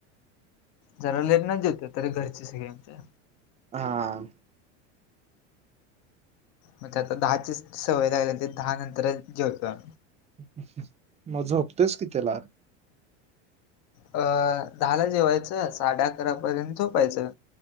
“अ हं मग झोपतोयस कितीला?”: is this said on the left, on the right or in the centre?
Right